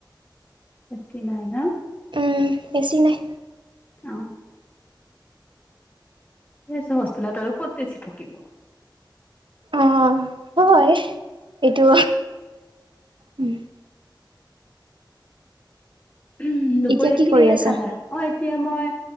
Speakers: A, on the left; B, on the right.
A: এ চি নাই ন
B: উম এ চি নাই
A: অ সেই হচ হোষ্টেলত আৰু ক'ত এ চি থাকিব
B: অ হয় এইটো উম
A: ঊম দুপৰীয়া
B: এতিয়া কি
A: কিহেৰে
B: কৰি আছা?
A: খালা অ এতিয়া মই